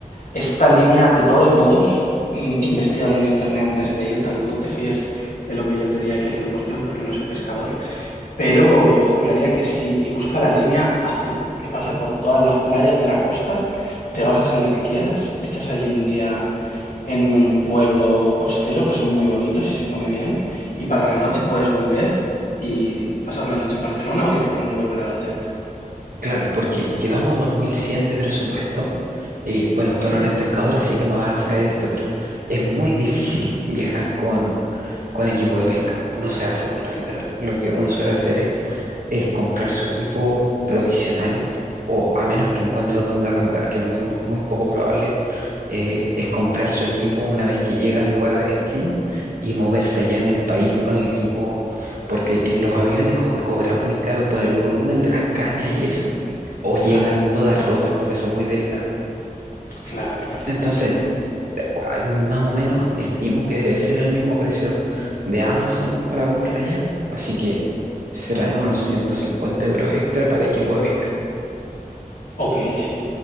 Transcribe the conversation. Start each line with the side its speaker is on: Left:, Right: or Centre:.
Left: Esta línea, de todos modos, mm, investígalo en internet antes de ir. Tampoco te fíes de lo que yo te diga aquí al 100% porque no soy pescador. Pero yo juraría que sí. Y busca la línea azul que pasa por todas las playas de la costa. Te bajas en la que quieras. Echas allí un día en un pueblo costero que son muy bonitos y se come bien. Y para la noche puedes volver y pasar la noche en Barcelona o directamente volver al hotel.
Right: Claro, porque llevamos 2100 de presupuesto y bueno,
Left: ¿Ok?
Right: tú no eres pescador, así que no vas a saber esto, pero es muy difícil viajar con, con equipo de pesca. No se hace por lo general. Lo que uno suele hacer es es comprar su equipo provisional o a menos que encuentres donde arrendar, que es muy, po- muy poco probable, eh, es comprar su equipo una vez que llega al lugar de destino y moverse allá en el país con el equipo, porque en los aviones o te cobran muy caro por el volumen de las cañas y eso, o llegan
Left: Claro,
Right: todas rotas porque son muy delicadas.
Left: claro, claro.
Right: Entonces, de cua- más o menos estimo que debe ser el mismo precio de Amazon para comprar allá, así que serán unos 150 euros extra para equipo de pesca,
Left: Ok, sí.